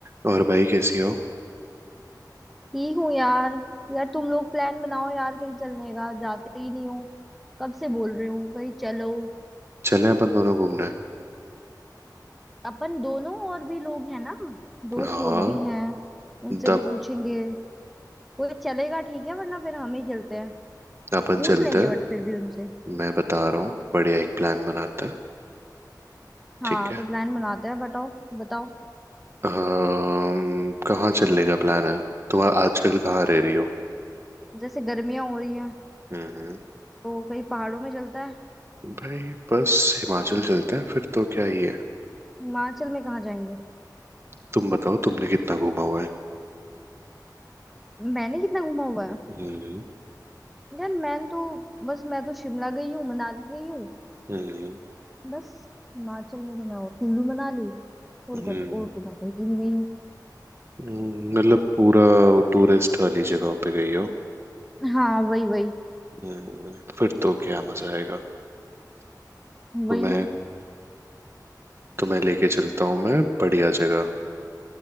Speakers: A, on the right (about 35°); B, in the centre.
A: और भाई कैसी हो
B: ठीक हूँ यार यार तुम लोग प्लान बनाओ यार कहीं चलने का जाते ही नहीं हो कब से बोल रही हूँ कहीं चलो
A: चलें अपन दोनों घूमने
B: अपन दोनों और भी लोग हैं ना दोस्त
A: हाँ
B: लोग भी हैं उनसे
A: तब
B: भी पूछेंगे कोई चलेगा ठीक है वरना फिर हम ही चलते हैं
A: अपन
B: पूछ
A: चलते
B: लेंगे
A: हैं
B: बट फिर भी उनसे
A: मैं बता रहा हूँ बढ़िया एक प्लान बनाते हैं
B: हाँ
A: ठीक है
B: तो प्लान बनाते हैं बताओ बताओ
A: अम्म, कहाँ चलने का प्लान है तुम आजकल कहाँ रह रही हो
B: जैसे गर्मियां हो रही हैं
A: हम्म
B: तो कहीं पहाड़ों में चलता है
A: भाई बस हिमाचल चलते हैं फिर तो क्या ही है
B: हिमाचल में कहाँ जाएंगे
A: तुम बताओ तुमने कितना घूमा हुआ है
B: मैंने कितना घूमा हुआ है
A: हम्म
B: यार मैं तो बस मैं तो शिमला गई हूँ मनाली गई हूँ
A: हम्म
B: बस हिमाचल में तो मैं और कुल्लू मनाली और
A: हम्म,
B: को और तो मैं कहीं नहीं गई हूँ
A: हम्म, मतलब पूरा टूरिस्ट वाली जगहों पे गई हो
B: हाँ वही वही
A: हम्म, फिर तो क्या मजा आएगा
B: वही
A: तुम्हें
B: ना
A: तुम्हें लेके चलता हूँ मैं बढ़िया जगह अ,